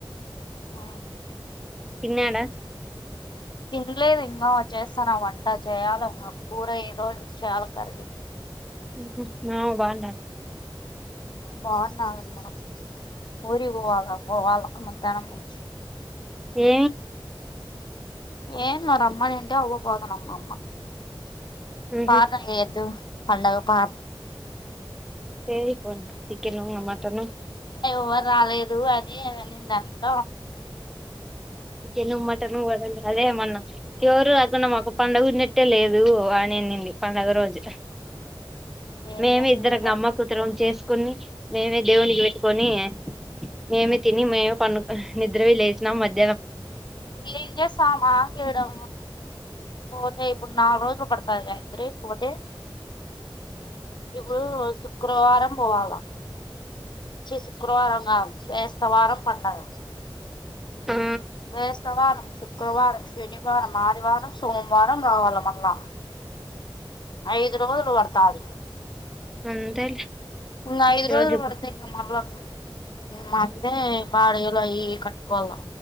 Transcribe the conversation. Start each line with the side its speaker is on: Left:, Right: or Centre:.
Left: ఉ
Centre: తిన్నాడా
Left: తినలేదు ఇంకా చేస్తున్న వంట చేయాలి ఏమన్నా కూర ఏదో చేయాలి కర్రీ
Centre: ఉహ్ మామ బాడా
Left: ఉ బాగునమందరం ఊరి పోవాలా పోవాలా మధ్యానం నుంచి
Centre: ఏ
Left: ఏ మార్ అమ్మా నింటే అ ఒ పోదాం అమ్మ అమ్మా
Centre: ఉహు
Left: పాత ఎద్దు పండగ ప
Centre: ఏ ఎపోదు చికెను మటను
Left: ఎవర్ రాలేదు అని అనిందంత
Centre: చికెను మట్టను వడలు అదేమొన్న ఎవరు లేకుండా మాకు పండుగ ఉన్నట్టే లేదు అని అన్నింది పండుగ రోజు
Left: ఏం
Centre: మేమే
Left: చేస్తది
Centre: ఇద్దర
Left: ఎవరో
Centre: అమ్మ కూతుర్లం చేసుకోని మేమే దేవునికి పెట్టుకొని మేమే
Left: అందుకి
Centre: తిని మేమే పం నిద్రవి లేచినం మధ్య
Left: ఏం జెస్తాం మాట్లాడే పోతే ఇప్పుడు నాలుగు రోజులు పడుత గాయత్రి పోతే ఇప్పుడు శుక్రవారం పోవాల శ శుక్రవారం నా బేస్తవరం పండగ
Centre: ఆ
Left: బేస్తతవారం శుక్రవారం శనివారం ఆదివారం సోమవారం రావాల మళ్ళా ఐదు రోజులు పడతాది
Centre: అంతేలే
Left: ఉ ఐదు
Centre: ఈరోజు
Left: రోజులు పడతే ఇంకా మల మళ్ళ బడలు అవి ఇవి కట్టుకోల